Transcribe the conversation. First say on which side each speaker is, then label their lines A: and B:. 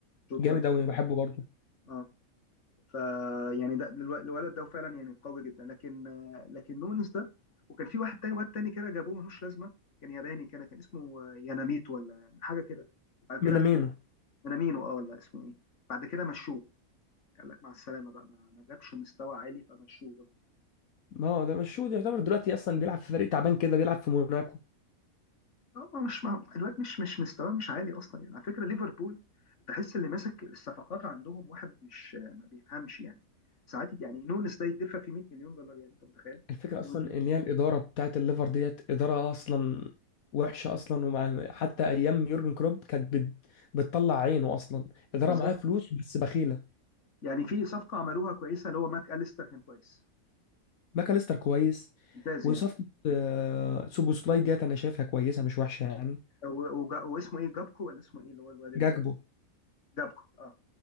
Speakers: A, on the left (about 55°); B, on the left (about 75°).
A: جوتا
B: جامد قوي بحبه برضه
A: اه فيعني ده الو- الولد ده فعلا يعني قوي جدا لكن آه، لكن نونس ده وكان في واحد تاني واد تاني كده جابوه ملوش لازمه كان ياباني كان كان اسمه آه، ياناميت ولا حاجه كده بعد
B: مينامينو
A: كده يانامينو اه ولا اسمه ايه بعد كده مشوه قال لك مع السلامه بقى ما, ما جابش مستوى عالي فمشوه برضه
B: ما هو ده مش شوت يعتبر دلوقتي اصلا بيلعب في فريق تعبان كده بيلعب في موناكو
A: اه ما مش ما الواد مش مش مستواه مش عالي اصلا يعني على فكره ليفربول تحس اللي ماسك الصفقات عندهم واحد مش آه، ما بيفهمش يعني ساعات يعني نونس ده يدفع في 100 مليون دولار يعني انت متخيل
B: الفكره اصلا
A: نونس ده
B: ان هي الاداره بتاعت الليفر ديت اداره اصلا وحشه اصلا ومع حتى ايام يورجن كلوب كانت بت... بتطلع عينه اصلا اداره
A: بالظبط
B: معاها فلوس بس بخيله
A: يعني في صفقه عملوها كويسه اللي هو ماك أليستر كان كويس
B: ماكاليستر كويس
A: ممتاز
B: وصفقه
A: يعني
B: آه، سوبوسلاي ديت انا شايفها كويسه مش وحشه يعني
A: و- وجا- واسمه ايه جابكو ولا اسمه ايه اللي هو الواد ال-
B: جاكبو
A: جابكو اه